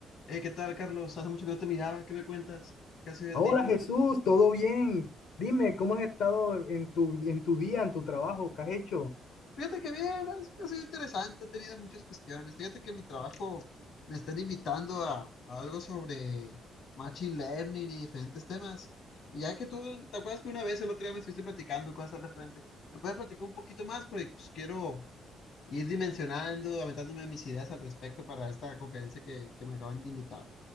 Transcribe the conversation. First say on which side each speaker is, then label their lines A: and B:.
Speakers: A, on the left (about 65°); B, on the left (about 80°).
A: Eh, ¿qué tal, Carlos? Hace mucho que no te miraba. ¿Qué me cuentas? ¿Qué ha sido de
B: Hola
A: ti?
B: Jesús, ¿todo bien? Dime, ¿cómo has estado en tu, en tu día, en tu trabajo? ¿Qué has hecho?
A: Fíjate que bien, ha ha sido interesante, he tenido muchas cuestiones. Fíjate que en mi trabajo me están invitando a, a algo sobre machine learning y diferentes temas. Y ya que tú, ¿te acuerdas que una vez el otro día me estuviste platicando cosas al referente? ¿Me puedes platicar un poquito más? Porque pues, quiero ir dimensionando, aventándome mis ideas al respecto para esta conferencia que, que me acaban de invitar.